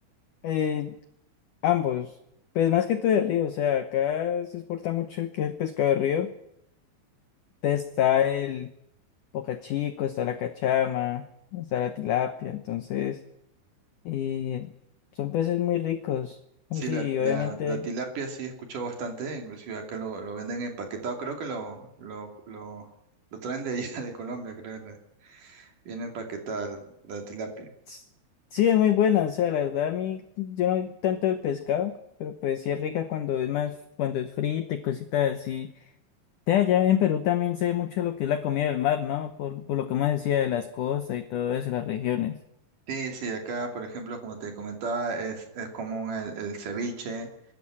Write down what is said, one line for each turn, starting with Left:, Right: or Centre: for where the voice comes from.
Left: eh, Ambos, pues más que todo de río, o sea, acá se exporta mucho el que es el pescado de río. Entonces está el bocachico, está la cachama, está la tilapia, entonces eh, son peces muy ricos. O
Right: Sí,
Left: sí,
Right: la, la,
Left: obviamente,
Right: la tilapia sí he escuchado bastante, inclusive acá lo, lo venden empaquetado, creo que lo, lo, lo, lo traen de allá <laughs> de Colombia, creo, la- viene empaquetada la tilapia.
Left: s- sí es muy buena, o sea, la verdad a mí yo no soy tanto el pescado, pero pues sí es rica cuando es más, cuando es frita y cositas así. De allá en Perú también se ve mucho lo que es la comida del mar, ¿no? Por, por lo que más decía de las costas y todo eso, las regiones.
Right: Sí, sí, acá, por ejemplo, como te comentaba, es, es común el, el ceviche,